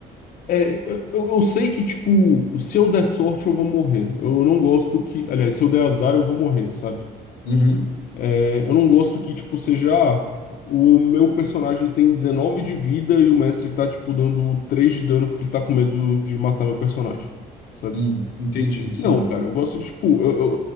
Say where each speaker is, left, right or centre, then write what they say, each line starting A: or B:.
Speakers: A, on the left; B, on the left.
A: é, eu, eu sei que, tipo, se eu der sorte, eu vou morrer. Eu não gosto que. Aliás, se eu der azar, eu vou morrer, sabe?
B: Uhum.
A: É, eu não gosto que, tipo, seja. ah, O meu personagem ele tem 19 de vida e o mestre tá, tipo, dando 3 de dano porque ele tá com medo de matar meu personagem, sabe?
B: Hum, entendi, sim.
A: Não, cara, eu gosto de, tipo, eu, eu-